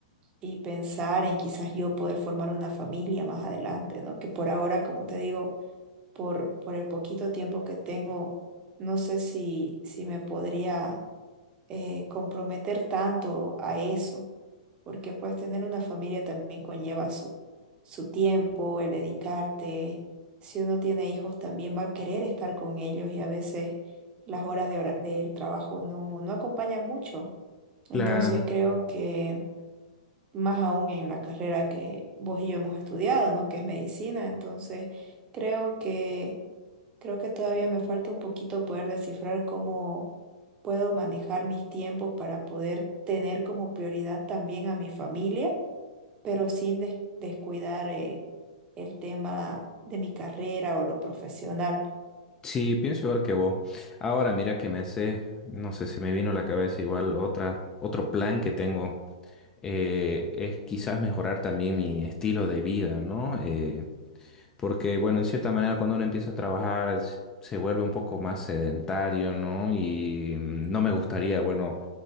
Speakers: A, on the right; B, on the left.
A: y pensar en quizás yo poder formar una familia más adelante, ¿no? Que por ahora, como te digo, por, por el poquito tiempo que tengo, no sé si, si me podría eh, comprometer tanto a eso, porque pues tener una familia también conlleva su, su tiempo, el dedicarte. Si uno tiene hijos también va a querer estar con ellos y a veces las horas de hora- del trabajo no, no acompañan mucho. Entonces
B: Claro,
A: creo que más aún en la carrera que vos y yo hemos estudiado, ¿no? Que es medicina. Entonces, creo que creo que todavía me falta un poquito poder descifrar cómo puedo manejar mis tiempos para poder tener como prioridad también a mi familia, pero sin des- descuidar eh, el tema de mi carrera o lo profesional.
B: sí, pienso igual que vos. Ahora mira que me hace, no sé si me vino a la cabeza igual otra, otro plan que tengo. eh, es quizás mejorar también mi estilo de vida, ¿no? Eh, porque, bueno, en cierta manera cuando uno empieza a trabajar s- se vuelve un poco más sedentario, ¿no? Y mm, no me gustaría, bueno,